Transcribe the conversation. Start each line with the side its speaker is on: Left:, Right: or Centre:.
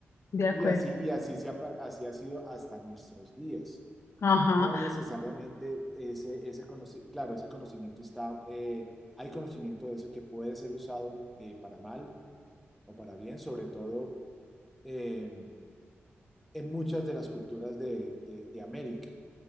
Left: de
Centre: Y
Left: acuerdo.
Centre: así, y así, se ha, así ha sido hasta nuestros días.
Left: Ajá,
Centre: No necesariamente ese, ese conocimiento, claro, ese conocimiento está, eh, hay conocimiento de eso que puede ser usado eh, para mal o para bien, sobre todo eh, en muchas de las culturas de, de- de América.